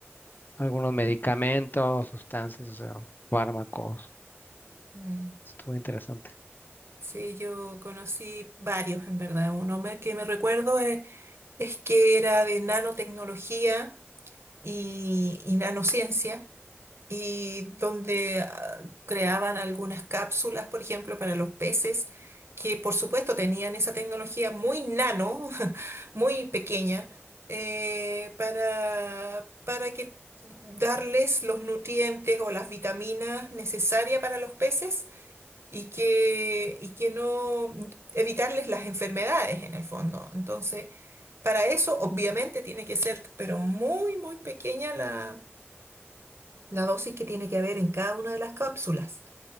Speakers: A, on the left; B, on the right.
A: algunos medicamentos, sustancias, o sea, fármacos.
B: mm.
A: Estuvo interesante.
B: Sí, yo conocí varios en verdad. Uno me- que me recuerdo eh, es, que era de nanotecnología y, y nanociencia. y donde ah, creaban algunas cápsulas, por ejemplo, para los peces, que por supuesto tenían esa tecnología muy nano, <laughs> muy pequeña, eh, para, para que darles los nutrientes o las vitaminas necesarias para los peces y que, y que no evitarles las enfermedades en el fondo. Entonces, para eso obviamente tiene que ser, pero muy, muy pequeña la la dosis que tiene que haber en cada una de las cápsulas.